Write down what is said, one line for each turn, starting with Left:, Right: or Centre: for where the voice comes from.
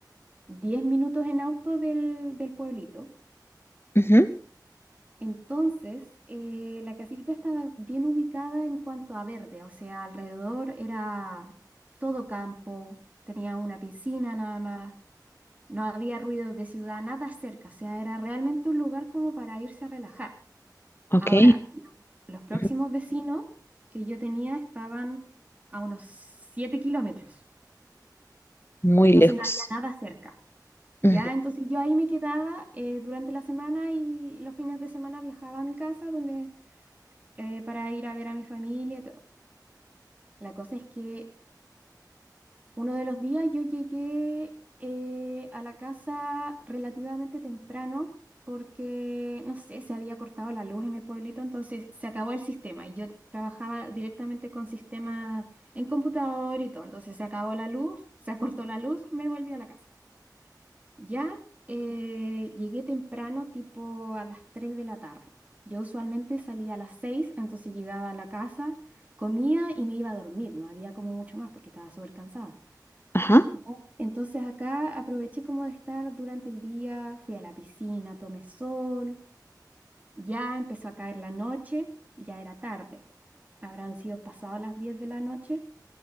Right: 10 minutos en auto del, del pueblito.
Left: ujú,
Right: Entonces, eh, la casita estaba bien ubicada en cuanto a verde, o sea, alrededor era todo campo, tenía una piscina nada más, no había ruidos de ciudad, nada cerca, o sea, era realmente un lugar como para irse a relajar.
Left: Ok,
Right: Ahora, los próximos
Left: ujú,
Right: vecinos que yo tenía estaban a unos 7 kilómetros,
Left: Muy
Right: entonces
Left: lejos.
Right: no había nada cerca. Ya,
Left: Ujú,
Right: entonces yo ahí me quedaba eh, durante la semana y los fines de semana viajaba a mi casa donde eh, para ir a ver a mi familia y todo. La cosa es que uno de los días yo llegué eh, a la casa relativamente temprano porque, no sé, se había cortado la luz en el pueblito, entonces se acabó el sistema y yo trabajaba directamente con sistemas en computador y todo, entonces se acabó la luz, se cortó la luz, me volví a la casa. Ya eh, llegué temprano, tipo a las 3 de la tarde. Yo usualmente salía a las 6, entonces llegaba a la casa, comía y me iba a dormir. No había como mucho más porque estaba súper cansada.
Left: Ajá,
Right: Ya. Entonces acá aproveché como de estar durante el día, fui a la piscina, tomé sol, ya empezó a caer la noche, ya era tarde. Habrán sido pasadas las 10 de la noche